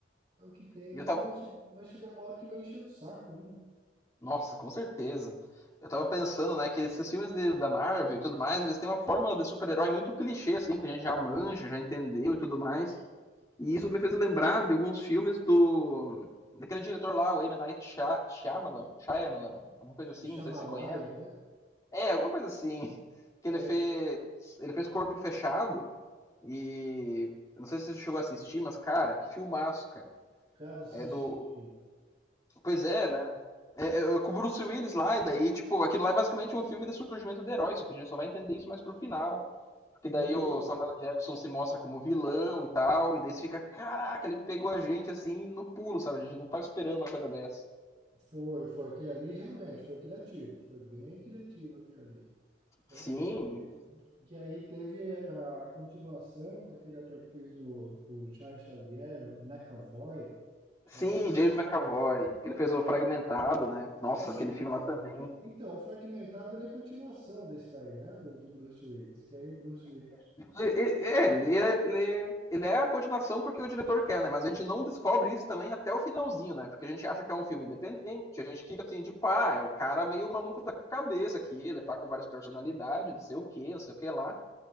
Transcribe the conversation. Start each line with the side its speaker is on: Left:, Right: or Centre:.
Right: É o que tem,
Left: E
Right: mas
Left: eu tava.
Right: vai, che- vai chegando uma hora que vai encher o saco, né?
Left: Nossa, com certeza. Eu tava pensando, né, que esses filmes de- da Marvel e tudo mais, eles têm uma fórmula de super-herói muito clichê, assim, que a gente já manja, já entendeu e tudo mais. E isso me fez lembrar de alguns filmes do... daquele diretor lá, o M. Night Shy- Shyamalan, Shyamalan, alguma
Right: Sh-
Left: coisa assim,
Right: Shamalaia,
Left: não sei se você conhece.
Right: né?
Left: É, alguma coisa assim, que
Right: É,
Left: ele fez, ele fez Corpo Fechado e... eu Não sei se você chegou a assistir, mas, cara, que filmaço, cara.
Right: cara, assistir.
Left: É do... Pois é, É, é, é com o Bruce Willis lá, e daí, tipo, aquilo lá é basicamente um filme do surgimento do herói, só que a gente só vai entender isso mais pro final. Porque
Right: E
Left: daí o Samuel Jackson se mostra como vilão e tal, e daí você fica, caraca, ele pegou a gente assim no pulo, sabe? A gente não tava esperando uma coisa dessa.
Right: foi, foi aquilo ali, realmente, foi criativo, foi bem criativo aquilo ali. É,
Left: Sim,
Right: é, é, que aí teve a continuação com aquele ator que fez o, o Charles Xavier, o McAvoy, Charles
Left: sim,
Right: McAvoy.
Left: James McAvoy, que ele fez o Fragmentado, né? Nossa,
Right: E,
Left: aquele filme lá também.
Right: então, o Fragmentado ele é a continuação desse daí, né, do, do Bruce Willis, que aí o Bruce Willis
Left: É, é, ele é, ele é- ele é a continuação porque o diretor quer, né? Mas a gente não descobre isso também até o finalzinho, né? Porque a gente acha que é um filme independente, a gente fica assim, tipo, ah, é um cara meio maluco da cabeça aqui, ele tá com várias personalidades, não sei o quê, não sei o que lá.